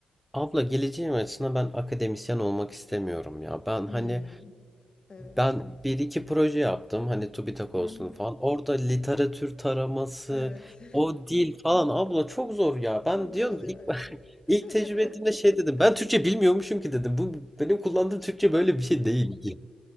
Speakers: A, in the centre; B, on the left (about 40°).
A: Abla geleceğim açısından ben akademisyen olmak istemiyorum ya. Ben
B: Hmm,
A: hani
B: evet.
A: ben bir iki proje yaptım hani TÜBİTAK
B: Hı
A: olsun
B: hı,
A: falan. Orada literatür taraması,
B: evet.
A: o dil falan abla çok zor
B: <laughs>
A: ya. Ben
B: Çok
A: diyorum
B: zor ya,
A: ilk,
B: evet.
A: <laughs> ilk
B: <laughs>
A: tecrübe ettiğimde şey dedim. Ben Türkçe bilmiyormuşum ki dedim. Bu benim kullandığım Türkçe böyle bir şey değil.